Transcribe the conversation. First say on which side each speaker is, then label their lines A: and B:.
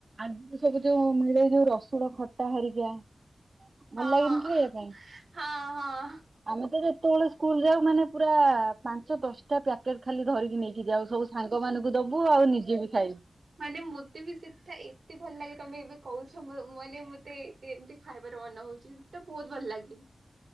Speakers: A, on the right; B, on the right.
A: ଆଗରୁ ସବୁ ଯୋଉ ମିଳେ ଯୋଉ ରସୁଣ ଖଟା ହେରିକା ଭଲ
B: ହଁ
A: ଲାଗେନି କି ଖାଇବା ପାଇଁ।
B: ହଁ ହଁ
A: ଆମେ ତ ଯେତେବେଳେ ସ୍କୁଲ ଯାଉ ମାନେ ପୁରା ପାଞ୍ଚ ଦଶଟା ପ୍ୟାକେଟ ଖାଲି ଧରିକି ନେଇ କି ଯାଉ ସବୁ ସାଙ୍ଗ ମାନଙ୍କୁ ଦବୁ ଆଉ ନିଜେ ବି ଖାଇବୁ।
B: ମାନେ ମୋତେ ବି ସେଟା ଏତେ ଭଲ ଲାଗେ ତମେ ଏବେ କହୁଛ ମାନେ ମତେ ଏମିତି ଖାଇବାର ମନ ହଉଛି ସେଟା ବହୁତ ଭଲ ଲାଗେ